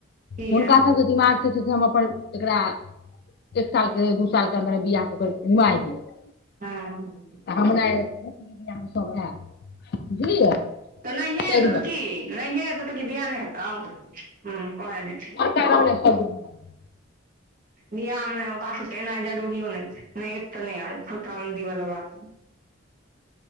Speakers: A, on the right; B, on the left.
A: किया
B: हुनका सबके दिमाग छै से हम एकरा एक साल के दू साल के अन्दर बियाह कऽ कऽ नुमाहि देबै
A: हँ
B: तऽ हमरा अइछ जे हम सब एब बुझलियै
A: नहिए
B: ताहि
A: एतौ
B: दुआरे
A: तऽ की नहिए एतौ तऽ की बियाह नै हेतौ हूँ कहैले जे छै
B: लड़का रहलै सब अहाँ
A: बियाहमे ओकरा सब के एनाइ जरुरीयो नै छै नै एत तऽ नै आउ खोशामदी वाला बात नै